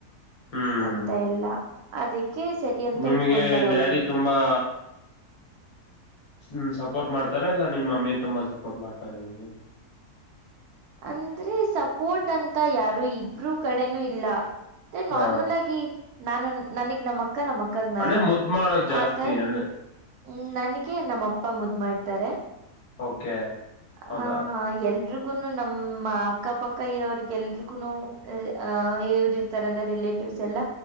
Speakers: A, on the left; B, on the right.
A: ಹ್ಮ್
B: ಅಂತ ಎಲ್ಲ ಅದಕ್ಕೆ ಸರಿ ಅಂತ
A: ನಿಮಗೆ
B: ಒಪ್ಕೊಂತಾರ
A: ಡ್ಯಾಡಿ
B: ಅವರು
A: ತುಂಬಾ ್ಮ ಸಪೋರ್ಟ್ ಮಾಡ್ತಾರ ಇಲ್ಲ ನಿಮ್ಮ್ ಮಮ್ಮಿ ತುಂಬಾ ಸಪೋರ್ಟ್ ಮಾಡ್ತಾರ ನಿಮಗೆ
B: ಅಂದ್ರೆ ಸಪೋರ್ಟ್ ಅಂತ ಯಾರು ಇಬ್ರುೂ ಕಡೆನೂ ಇಲ್ಲ ಮತ್ತೆ ನಾರ್ಮಲ್
A: ಹಾ
B: ಆಗಿ ನಾನು ನನಗ್ ನಮ್ಮ ಅಕ್ಕ ನಮ್ಮ ಅಕ್ಕಾಗ
A: ಅಂದ್ರೆ
B: ನಾನು
A: ಮುದ್ ಮಾಡೋದ್ ಜಾಸ್ತಿ
B: ಆತ
A: ಅಂದ್ರೆ
B: ಹ್ಮ್ ನನಗೆ ನಮ್ಮಪ್ಪ ಮುದ್ ಮಾಡ್ತಾರೆ
A: ಓಕೆ ಹೌದಾ
B: ಹ ಎಲ್ರುೂ ನಮ್ಮ ಅಕ್ಕ ಪಕ್ಕ ಇರೋ್ರಿಗೆ ಎಲ್ರಿಗುನು ಅ ಇವ್ರ ಲ್ಲ ರಿಲೇಟಿವ್ಸ್ ಎಲ್ಲ